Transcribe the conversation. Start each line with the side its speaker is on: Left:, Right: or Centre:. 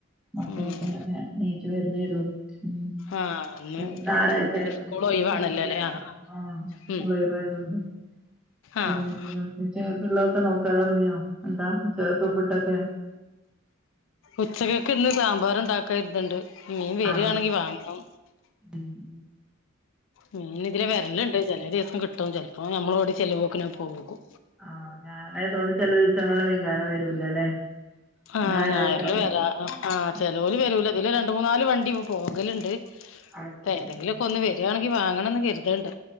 Centre: മക്കളൊക്കെ
Left: ഉം
Centre: ങ്ങനെ നീച്ചു വരുന്നേള്ളൂ ഉം
Left: ആഹ് ഇന്ന്
Centre: ഇന്നാറാഴ്ച ആയതോണ്ട്
Left: സ്കൂൾ ഒഴിവാണല്ലോല്ലേ
Centre: സ്‌കൂളൊന്നുല്ലല്ലോ
Left: ആഹ്
Centre: ആഹ്
Left: ഉം
Centre: കൂള്‌ലീവായത് കൊണ്ട് പിന്നെന്താ
Left: ആഹ്
Centre: ഉച്ചക്കുള്ളതൊക്കെ നോക്കലോടങ്ങിയോ എന്താ ഉച്ചക്ക് ഫുഡോക്കെ
Left: ഉച്ചകൊക്കെ ഇന്ന് സാമ്പാർ ഉണ്ടാക്കാരുന്നുണ്ട് മീൻ വരിയാണെങ്കി
Centre: ആഹ്
Left: വാങ്ങണം
Centre: ഉം
Left: മീന് ഇതിലെ വരല്ണ്ട് ചില ദിവസം കിട്ടും ചിലപ്പോ നമ്മൾ ഓടി ചെല്ലുപോക്കന് അത് പോകും
Centre: ആഹ് ഞായറായതുകൊണ്ട് ചില ദിവസങ്ങളില് മീൻകാരൻ വരൂലല്ലേ
Left: ആഹ്
Centre: ഞായറാഴ്ച
Left: ഞായറില്
Centre: ആവുമ്പോ
Left: വരാ ആഹ്
Centre: ഉം
Left: ചേലോല് വരൂല ഇതില് രണ്ട് മൂന്നാല് വണ്ടി ഇ പോകലുണ്ട്
Centre: അത് ശരി.
Left: ഏതെങ്കിലുമൊക്കെ
Centre: ആ.
Left: ഒന്ന് വരുവാണെങ്കി വാങ്ങണന്ന് കരുതണ്ട്